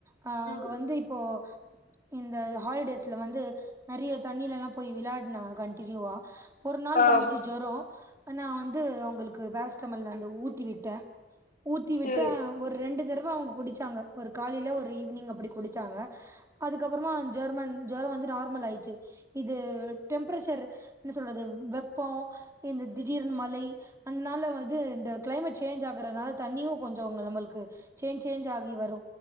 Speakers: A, on the right (about 15°); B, on the left (about 45°).
A: ஆ அவ்ங்க
B: ம்
A: வந்து இப்போ இந்த ஹாலிடேஸ்ல வந்து நெறைய தண்ணிலலா போய் விளாடுனா கண்டினியூவா ஒரு நாள்
B: ஆ
A: வந்துச்சு ஜொர நா வந்து அவ்ங்களுக்கு பேராசிட்டமல் வந்து ஊட்டி விட்டே ஊத்தி
B: சேரி
A: விட் ஒரு ரெண்டு தடவ அவ்ங்க குடிச்சாங்க ஒரு காலைல ஒரு ஈவினிங் அப்டி குடிச்சாங்க அதுக்கப்பறமா ஜெர்மன் ஜொர வந்து நார்மல் ஆயிட்ச்சு இது டெம்பரேச்சர் என்ன சொல்றது வெப்போ இந்த திடீர்னு மழை அன்னால வது இந்த கிளைமேட் சேஞ்ச் ஆகுறனால தண் கொஞ்ச அங்க நம்மளுக்கு சேஞ்ச் சேஞ்ச் ஆகி வரு